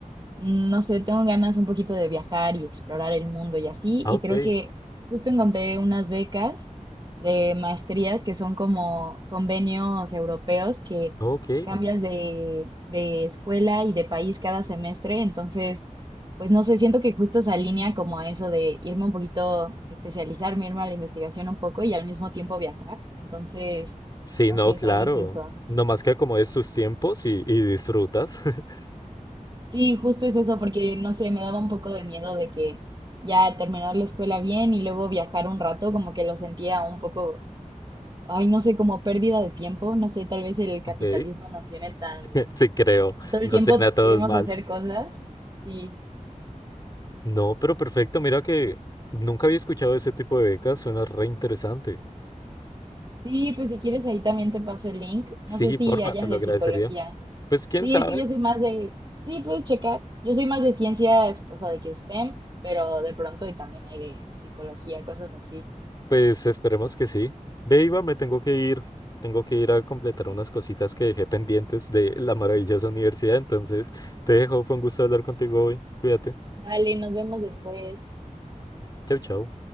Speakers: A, on the right (about 35°); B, on the left (about 30°).
A: mm, no sé, tengo ganas un poquito de viajar y explorar el mundo y así,
B: Ah,
A: y
B: ok,
A: creo que justo encontré unas becas de maestrías que son como convenios europeos que
B: ok.
A: cambias de, de escuela y de país cada semestre, entonces, pues no sé, siento que justo se alinea como a eso de irme un poquito, especializarme, irme a la investigación un poco y al mismo tiempo viajar, entonces,
B: Sí,
A: no
B: no,
A: sé,
B: claro.
A: tal vez eso.
B: Nomás que acomodes tus tiempos y, y disfrutas. <laughs>
A: Sí, justo es eso, porque no sé, me daba un poco de miedo de que ya terminar la escuela bien y luego viajar un rato, como que lo sentía un poco, ay, no sé, como pérdida de tiempo, no sé, tal vez el capitalismo
B: Ok.
A: nos tiene tan,
B: <laughs> Sí, creo.
A: que todo
B: No
A: el tiempo
B: suena todos
A: queremos
B: mal.
A: hacer cosas. Sí,
B: No, pero perfecto. Mira que nunca había escuchado ese tipo de becas. Suena re interesante.
A: sí, pues si quieres ahí también te paso el link,
B: Sí,
A: no sé si
B: porfa,
A: hayan
B: te lo
A: de
B: agradecería.
A: psicología.
B: Pues quién
A: Sí,
B: sabe.
A: es que yo soy más de, sí, puedes checar, yo soy más de ciencias, o sea, de que STEM, pero de pronto y también hay de psicología, cosas así.
B: Pues esperemos que sí. Ve, Iba, me tengo que ir. Tengo que ir a completar unas cositas que dejé pendientes de la maravillosa universidad. Entonces, te dejo. Fue un gusto hablar contigo hoy. Cuídate.
A: Dale, nos vemos después.
B: Chau, chau.